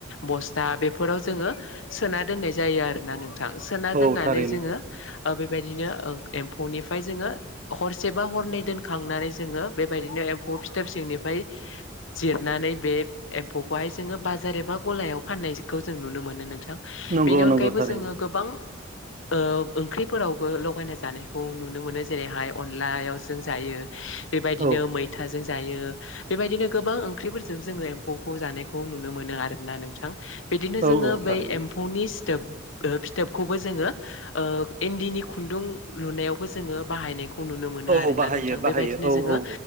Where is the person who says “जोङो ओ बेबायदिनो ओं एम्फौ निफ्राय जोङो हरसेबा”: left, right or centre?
Left